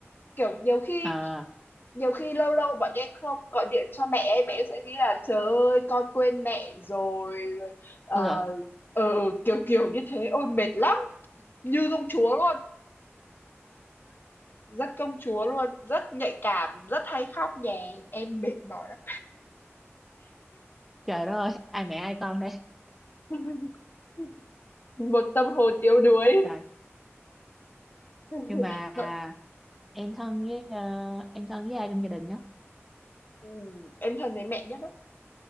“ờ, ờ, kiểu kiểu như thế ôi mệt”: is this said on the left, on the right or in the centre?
Left